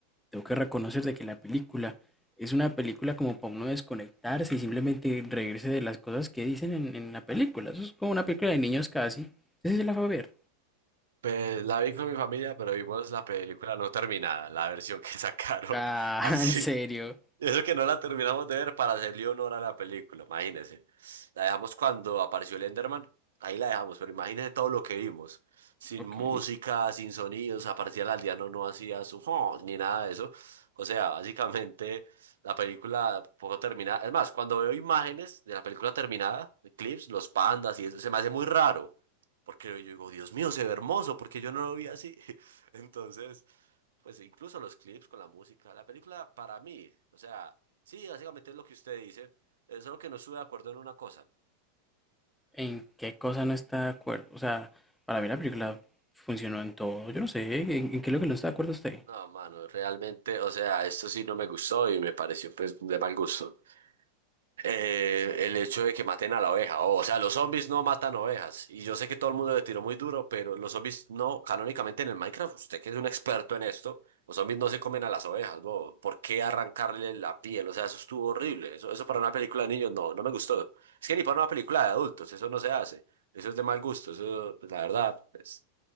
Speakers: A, in the centre; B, on the right.
A: tengo que reconocer de que la película es una película como para uno desconectarse y simplemente reírse de las cosas que dicen en, en la película. Eso es como una película de niños casi. Ese se la fue a ver.
B: Pues la vi con mi familia, pero vimos la película no terminada, la versión que sacaron
A: Ah,
B: <laughs> así.
A: <laughs> en serio.
B: Y Eso que no la terminamos de ver para hacerle honor a la película, imagínese. La dejamos cuando apareció el Enderman, ahí la dejamos, pero imagínese todo lo que vimos. Sin
A: Ok.
B: música, sin sonidos, aparecía el aldeano, no hacía su "Oh", ni nada de eso. O sea, básicamente la película poco terminada. Es más, cuando veo imágenes de la película terminada, de clips, los pandas y eso, se me hace muy raro. Porque yo digo, Dios mío, se ve hermoso, porque yo no lo vi así. <laughs> Entonces. Pues incluso los clips con la música. La película para mí, o sea, sí, básicamente es lo que usted dice, eh, solo que no estuve de acuerdo en una cosa.
A: ¿En qué cosa no está de acuerdo? O sea, para mí la película funcionó en todo. Yo no sé, ¿en, en qué es lo que no está de acuerdo usted?
B: No, mano, realmente, o sea, esto sí no me gustó y me pareció pues de mal gusto. eh, el hecho de que maten a la oveja. o o sea, los zombies no matan ovejas. Y yo sé que todo el mundo le tiró muy duro, pero los zombies no, canónicamente en el Minecraft, usted que es un experto en esto, los zombies no se comen a las ovejas, bo. ¿Por qué arrancarle la piel? O sea, eso estuvo horrible. Eso, eso para una película de niños no, no me gustó. Es que ni para una película de adultos, eso no se hace. Eso es de mal gusto. Eso, pues, la verdad, pues,